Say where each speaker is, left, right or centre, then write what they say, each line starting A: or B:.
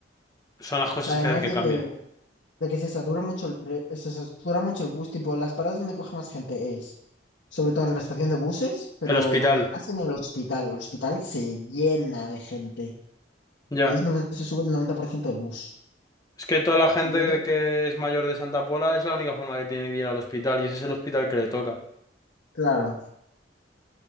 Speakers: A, on the left; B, on the left.
A: son las cosas
B: además
A: que hace que
B: de
A: cambie.
B: que, de que se satura mucho el tre- se satura mucho el bus, tipo, las paradas donde coge más gente es, sobre todo en la estación de buses, pero
A: El hospital,
B: donde más en el hospital. El hospital se llena de gente.
A: ya.
B: Ahí es donde se sube el 90% del bus.
A: Es que toda la gente
B: Y no te-
A: que es mayor de Santa Pola es la única forma que tiene de ir al hospital y ese es el hospital que le toca.
B: Claro.